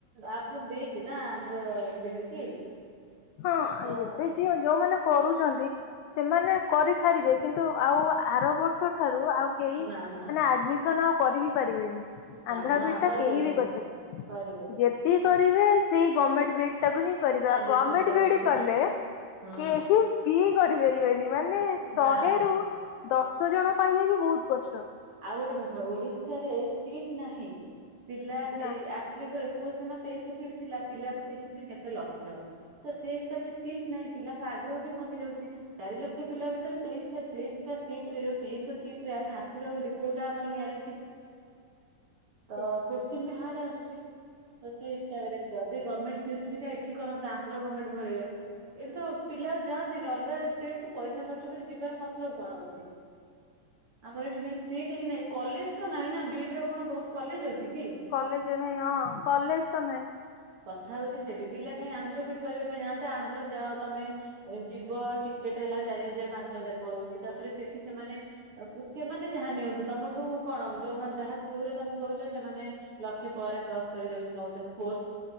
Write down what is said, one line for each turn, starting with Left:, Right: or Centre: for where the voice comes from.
Right: ଆପ୍ରୁଭ ଦେଇଛି ନା ଆନ୍ଧ୍ରର ବିଡି କି।
Left: ହଁ
Right: ତ
Left: ଏବେ ଯିଏ ଯୋଉମାନେ କରୁଛନ୍ତି। ସେମାନେ କରିସାରିବେ କିନ୍ତୁ ଆଉ ଆର ବର୍ଷ ଠାରୁ ଆଉ କେହି
Right: ନା ନା
Left: ମାନେ ଆଡମିସନ ଆଉ କରି ବିି ପାରିବେନି।
Right: ନା
Left: ଆନ୍ଧ୍ରା
Right: ନା
Left: ବିଇଡି
Right: କରିପାରିବେନି
Left: ଟା କେହି ବି କରିପାରିବେନି
Right: କରିବେନି
Left: ଯେତ ଯଦି କରିବେ ସେଇ ଗମେଣ୍ଟ ବିଇଡି ଟାକୁ ହିଁ କରିବେ
Right: ନାଇଁ
Left: ଆଉ
Right: ଦେଖ
Left: ଗମେଣ୍ଟ ଆନ୍ଧ୍ର
Right: ଗଲତିରି
Left: ବିଡି କଲେ
Right: ହଁ
Left: କେହି କିଏ କରିପାରିବେନି ମାନେ ଶହେରୁ
Right: ନା
Left: ଦଶ ଜଣ ପାଇବା ବି ବହୁତ କଷ୍ଟ।
Right: ଆଉ ଗୋଟେ କଥା ଓଡିଶାରେ ସିଟ୍ ନାହିଁ ପିଲା
Left: ନା
Right: <unintelligible> ଏକୋଇସି ନା ତେଇଶି ଶହ ସିଟ୍ ଥିଲା, ପିଲା ପକେଇଛନ୍ତି କେତେ ଲକ୍ଷ। ତ ସେଇ ହିସାବରେ ସିଟ୍ ନାହିଁ ପିଲାଙ୍କ ଆଗ୍ରହ ବି କମି ଯାଉଛି। ଚାରି ଲକ୍ଷ ପିଲା ଭିତରେ ତେଇଶ ଟା ସିଟରେ ତେଇଶହ ସିଟରେ ଆମେ ଆସ ସେଇଟା ବୋଲି କୋଉଟା ଆମର ଗ୍ୟାରେଣ୍ଟି ତ
Left: ସେଇଆ।
Right: କୋସ୍ଚିନ ବି ହାର୍ଡ ଆସୁଛି। ତ ସେଇ ହିସାବରେ ଯଦି ଗମେଣ୍ଟ ସେ ସୁବିଧା ଏଠି କରନ୍ତା ଆନ୍ଧ୍ର ଗମେଣ୍ଟ ଭଳିଆ। ଏଠି ତ ପିଲା ଆଉ ଯାଆନ୍ତିନି ଅଲଗା ଷ୍ଟେଟ୍ କୁ ପଇସା ଖର୍ଚ୍ଚ କରି ଯିବାର ମତଲବ କଣ ଅଛି। ଆମର ଏଠି ମେନ୍ ସିଟ୍ ହି ନାଇଁ କଲେଜ ତ ନାଇଁ ନା ବିଡ ର କଣ ବହୁତ କଲେଜ ଅଛି କି?
Left: କଲେଜ ନାହିଁ ହଁ କଲେଜ ତ ନାହିଁ।
Right: କଥା ହଉଛି ସେଠି ପିଲା କାହିଁ ଆନ୍ଧ୍ର ବିଇଡି କରିବା ପାଇଁ ଯାଆନ୍ତେ ଆନ୍ଧ୍ର ଯାଅ ତମେ। ଯିବ ଟିକେଟ ହେଲା ଚାରି ହଜାର, ପାଞ୍ଚ ହଜାର ପଳଉଛି ତାପରେ ସେଠି ସେମାନେ ସେମାନେେ ଯାହା ନିଅନ୍ତୁ ତମର ଯଉ କଣ ଯୋଉମାନେ ଯାହା ଥ୍ରୁ ରେ ତମେ କରୁଛ ସେମାନେ ଲକ୍ଷେ ପରେ କ୍ରସ କରିଯାଉଛି ନଉଛନ୍ତି କୋର୍ସ।